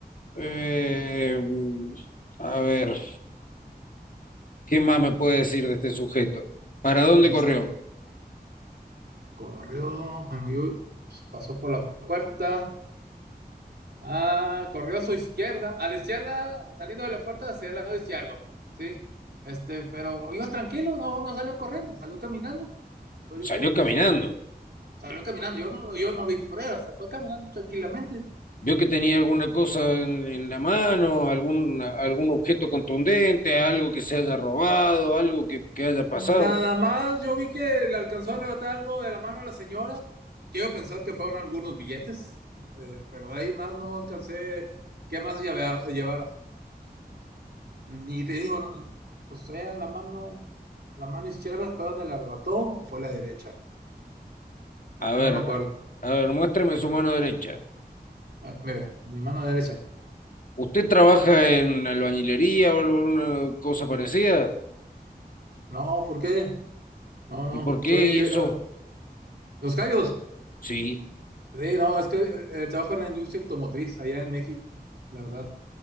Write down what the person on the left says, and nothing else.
Eh, a ver, ¿qué más me puede decir de este sujeto? ¿Para dónde
corrió?
Salió
caminando.
Vio que tenía alguna cosa en, en la mano, algún, algún objeto contundente, algo que se haya robado, algo que que haya
pasado.
A
ver,
a ver, muéstreme su mano derecha.
¿Usted trabaja en albañilería o alguna cosa parecida?
¿Y por qué?
¿Y
eso?
Sí.